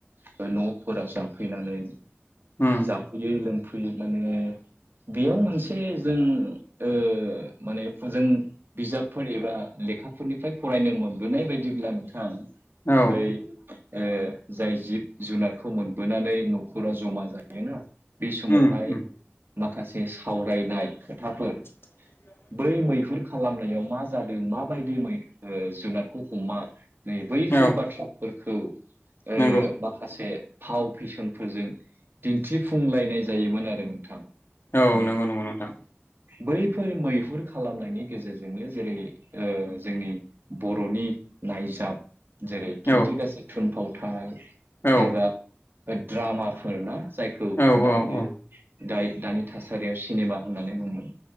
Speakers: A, on the right (about 60°); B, on the left (about 65°).
A: बा न'फोराव जाफैनानै
B: उम
A: जाफैयै लोंफैयै माने बेयाव मोनसे जों ओ माने जों बिजाबफोर एबा लेखाफोरनिफ्राय फरायनो मोनबोनाय बायदिब्ला नोंथां
B: औ
A: बै ए जाय जिब जुनारखौ मोनबोनानै न'खराव जमा जायोना बे समाव
B: उम
A: बेहाय
B: उम
A: माखासे सावरायनाय खोथाफोर
B: <inaudible>
A: बै मैहुर खालामनायाव मा जादों माबायदि जुनादखौ हमा नै बैफोर
B: औ
A: बाथ्राफोरखौ ओ
B: नंगौ
A: माखासे फाव फेसनफोरजों दिन्थिफुंलायनाय जायोमोन आरो नोंथां।
B: औ
A: माने
B: नंगौ नंगौ नोंथां
A: बैफोर मैहुर खालामनायनि गेजेरजोंनो जेरै ओ जोंनि बर'नि नायजाब। जेरै खिन्थिगाासै
B: औ
A: थुनफावथाय
B: औ
A: एबा द्रामाफोर ना। जायखौ
B: औ
A: दायो
B: औ औ
A: दाय- दानि थासारियाव सिनेमा होननानै बुंङोमोन।